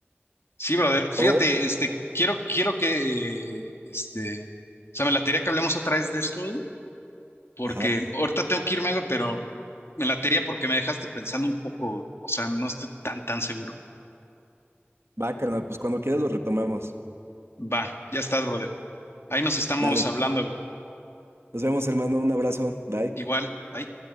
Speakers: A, on the left; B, on the right.
A: Sí, brother, fíjate,
B: O,
A: este, quiero, quiero que, eh, este, o sea, me la latería que hablemos otra vez de esto, ¿eh? porque
B: ajá,
A: ahorita tengo que irme, güey, pero me latería porque me dejaste pensando un poco, o sea, no estoy tan, tan seguro.
B: va, carnal, pues cuando quieras lo retomamos.
A: Va, ya estás, brother. Ahí nos estamos
B: Dale,
A: hablando, güey.
B: nos vemos, hermano, un abrazo, bye.
A: Igual, bye.